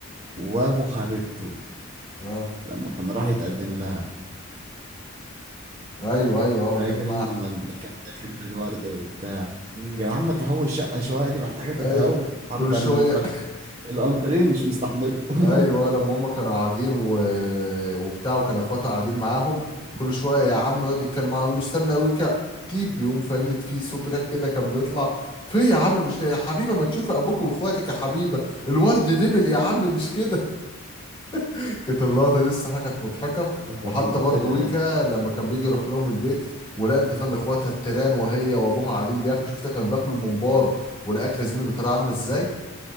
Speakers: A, on the right; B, on the left.
A: وابو حبيبته
B: اه
A: لما كان راح يتقدم لها
B: ايوه ايوه اه
A: فاكر
B: جمع
A: انت لما كان داخل بالورد وبتاع
B: مم.
A: يا جدعان ما تهوي الشقة شوية دي محتاجة تتهوى
B: ايوه
A: حد
B: كل شوية
A: ال... ده ال- الأنتريه مش مستحمله <laughs>
B: ايوه لما هم كانوا قاعدين و... وبتاع وكان اخواتها قاعدين معاهم كل شويه يا عم يقعد يتكلم معاه يقول له استنى ويكا تيب بيقوم فاهمني في صوت ريح كده كان بيطلع في يا عم مش يا حبيبه ما تشوفي ابوك واخواتك يا حبيبه الورد دبل يا عم مش كده <laughs> كانت اللقطه دي الصراحه كانت مضحكه
A: كانت
B: وحتى
A: مقتلة
B: برضه ويكا
A: ده
B: لما كان بيجي يروح لهم البيت ولا انت فاهم اخواتها التيران وهي وابوها قاعدين بياكلوا شفت كانوا بياكلوا الممبار والاكله زميلي بتراعي عامله ازاي